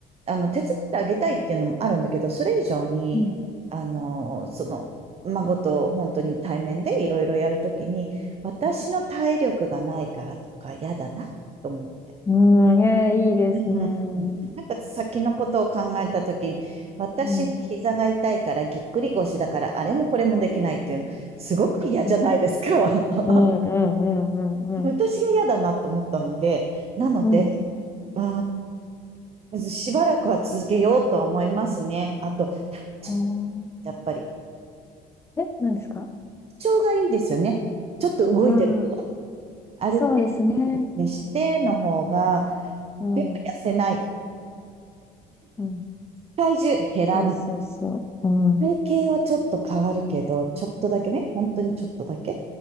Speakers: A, on the right; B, on the left.
A: あの、手伝ってあげたいっていうのもあるんだけど、それ以上に、
B: う
A: あの、その、孫と本当に対面でいろいろやるときに、私の体力がないからとか嫌だなと思って。
B: ん、うん、いや、いいですね。
A: うんなんか先のことを考えたときに、私の膝が痛いからぎっくり腰だからあれもこれもできないっていうの、
B: うん、うん、
A: すごく嫌じゃないですか。
B: う
A: <laughs>
B: ん、うん、うん、
A: 私が嫌だなと思ったので、
B: うん。
A: なので、
B: うん
A: うん、しばらくは続けようと思いますね。あと、体調
B: へ
A: やっぱり、体
B: え。え、何ですか
A: 調がいいですよね。ちょっと動いてる人が
B: ああ、
A: ある程
B: そうですね。
A: 度にしての方が、
B: うん、
A: やっぱ痩せない。
B: うん。
A: 体重減らない。
B: そうそうそう。うん、
A: 体型はちょっと変わるけど、ちょっとだけね、本当にちょっとだけ。